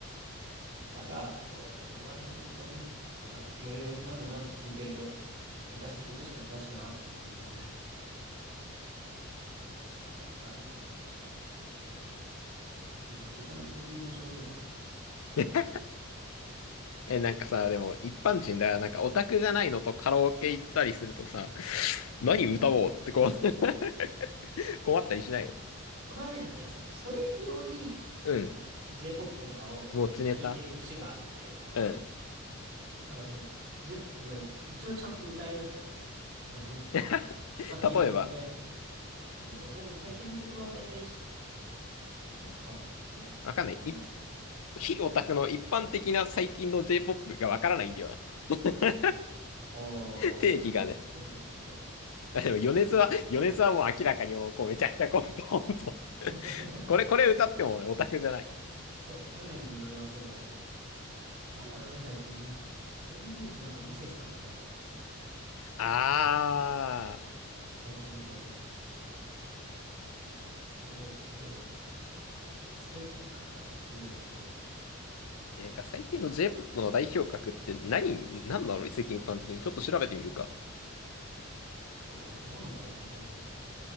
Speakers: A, on the right; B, on the left.
A: だが、そう、やっぱそこら辺の曲をね、やっぱな、いろいろ何度も何度も聴いてると、昔の曲しか詳しくなかったりするんですよね。これ、あるよね。でもなんかボカロに特有の症状だわ、それ。
B: <laughs> え、なんかさ、でも一般人だよ、なんかオタクじゃないのとカラオケ行ったりするとさ、何歌おうってこう <laughs> 困ったりしないの
A: 俺はね、なんかね、そう、それ用に、
B: うん。
A: その、J-POP とかを聴いてる節があって、
B: 持ちネタ。うん。
A: だからそう、J-POP が一応ちゃんと歌えるんだよね。その、一
B: <laughs> 例
A: 般的な飲み会の。
B: えば、
A: そうだね、えでも最近の曲は大体知ってるかなどう、
B: わかんない。
A: そうでもなかったですよ。
B: い非オタクの一般的な最近の J-POP がわからないんだよな。<laughs>
A: ああ、どうだろう、
B: 定義がね。
A: なんか、
B: あでも、米津は、
A: み
B: 米津はもう明らかにもう、こう、めちゃくちゃこう、ほんと。<laughs>
A: <laughs>
B: これ、これ歌ってもオタクじゃない。
A: そうね、米津はそうだし、なんだろうね、最近ね。俺のイメージなんかミセスなんだけど、
B: あ
A: 最近の人って感じ。すごい、それを感じる。最近感が強いのはこの人かな。
B: ー。なんか最近の J-POP の代表格って何、何なの世間一般的に。ちょっと調べてみるか。
A: おー、どうなんだろうね、本当に。